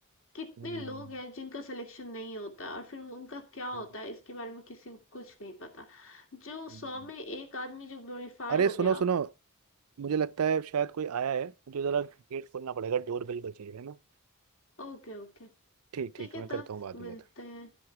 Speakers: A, on the left; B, on the right.
A: कितने
B: हम्म,
A: लोग हैं जिनका सिलेक्शन नहीं होता और फिर उनका क्या होता
B: हम्म,
A: है इसके बारे में किसी को कुछ नहीं पता जो
B: हम्म।
A: सौ में एक आदमी जो ग्लोरीफाई
B: अरे
A: हो
B: सुनो
A: गया
B: सुनो मुझे लगता है शायद कोई आया है मुझे जरा गेट खोलना पड़ेगा डोर बेल बजी है ना
A: Okay okay
B: ठीक
A: ठीक
B: ठीक
A: है
B: मैं करता
A: तब
B: हूँ बाद
A: मिलते
B: में बात।
A: हैं